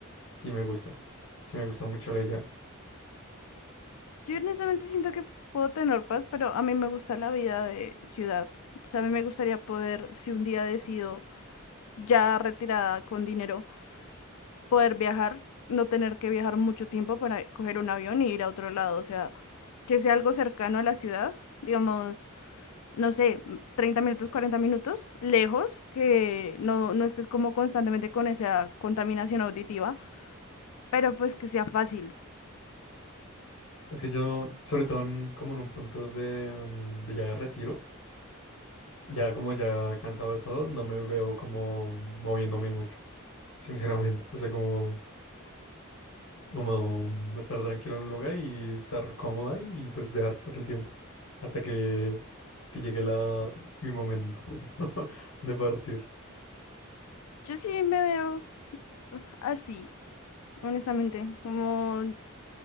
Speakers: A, on the left; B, on the left.
A: sí me gusta. Sí me gusta mucho la idea.
B: yo honestamente siento que puedo tener paz, pero a mí me gusta la vida de ciudad. O sea, a mí me gustaría poder, si un día decido ya retirada con dinero, poder viajar, no tener que viajar mucho tiempo para coger un avión y ir a otro lado, o sea, que sea algo cercano a la ciudad, digamos, no sé, m- 30 minutos, 40 minutos, lejos, que no, no estés como constantemente con esa contaminación auditiva, pero pues que sea fácil.
A: Es que yo, sobre todo en- como en un punto de, mm, de ya de retiro. Ya como ya cansado de todo, no me veo como moviéndome mucho, sinceramente. O sea, como, como mm, estar tranquilo en un lugar y estar cómodo ahí y pues dejar que pase el tiempo hasta que, que llegue la, mi momento <laughs> de partir.
B: Yo sí me veo así, honestamente, como